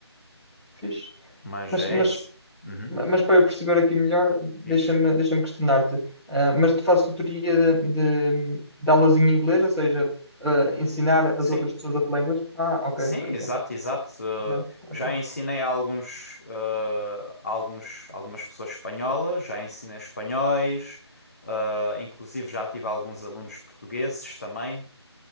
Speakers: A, in the centre; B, on the left.
A: fixe.
B: mas
A: Mas,
B: é
A: mas
B: isso. Uhum.
A: Ma- Mas para eu perceber aqui melhor, deixa-me
B: Diz.
A: deixa-me questionar-te. Ah, mas tu fazes tutoria de, de, de aulas em inglês, ou seja, ah, ensinar
B: Sim.
A: as outras pessoas a falar inglês? Ah, ok,
B: Sim,
A: ok, ok.
B: exato, exato. Uh,
A: Pronto, ok.
B: já ensinei a alguns, uh, a alguns, algumas pessoas espanholas, já ensinei espanhóis, uh, inclusive já tive alguns alunos portugueses também.